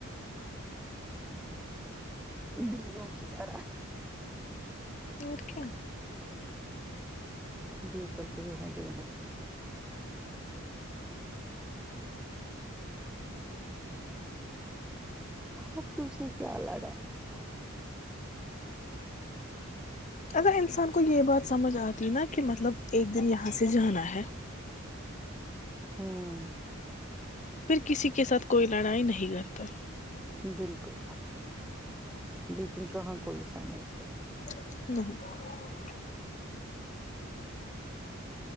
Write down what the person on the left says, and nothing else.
اور کیا
اگر انسان کو یہ بات سمجھ آتی نا کہ مطلب ایک دن یہاں سے جانا ہے
پھر کسی کے ساتھ کوئی لڑائی نہیں کرتا
<unintelligible>